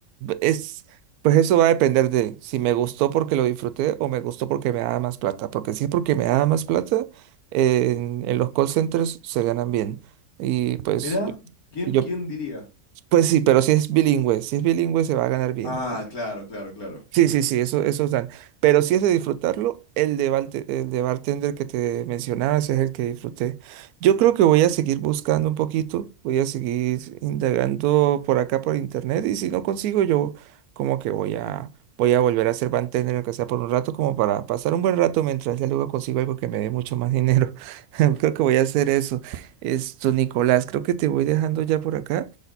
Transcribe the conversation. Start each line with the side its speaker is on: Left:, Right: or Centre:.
Right: Es, pues eso va a depender de si me gustó porque lo disfruté o me gustó porque me da más plata. Porque si es porque me da más plata, eh, en, en los call centers se ganan bien. Y pues
Left: Mirá,
Right: yo,
Left: ¿quién,
Right: y yo-
Left: quién diría?
Right: pues sí, pero si es bilingüe, si es bilingüe se va a ganar bien.
Left: Ah, claro, claro, claro.
Right: Sí, sí, sí, eso, esos dan. Pero si es de disfrutarlo, el de, balte- el de bartender que te mencionaba, ese es el que disfruté. Yo creo que voy a seguir buscando un poquito, voy a seguir indagando por acá por internet y si no consigo yo como que voy a, voy a volver a ser bartender aunque sea por un rato como para pasar un buen rato mientras ya luego consigo algo que me dé mucho más dinero. <laughs> Creo que voy a hacer eso. Esto, Nicolás, creo que te voy dejando ya por acá